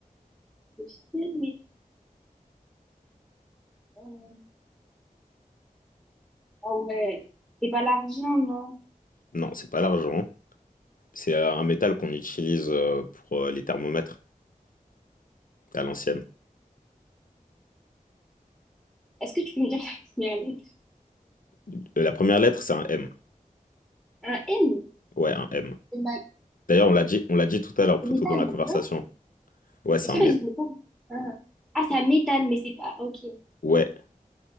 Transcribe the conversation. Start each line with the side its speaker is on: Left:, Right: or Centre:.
Centre: Je sais, Mais, euh, ah ouais, c'est pas l'argent, non.
Left: Non, c'est pas l'argent. C'est euh, un métal qu'on utilise euh, pour euh, les thermomètres. à l'ancienne.
Centre: Est-ce que tu peux me dire la première lettre?
Left: Euh, La première lettre, c'est un M.
Centre: Un M?
Left: Ouais, un M.
Centre: Le mag-
Left: D'ailleurs, on l'a dit, on l'a dit tout à l'heure, plutôt
Centre: le métal,
Left: dans la conversation.
Centre: non?
Left: Ouais, c'est
Centre: Est-ce
Left: un
Centre: qu'on
Left: mé-
Centre: a dit métal? Ah, Ah, c'est un métal, mais c'est pas, ok.
Left: Ouais,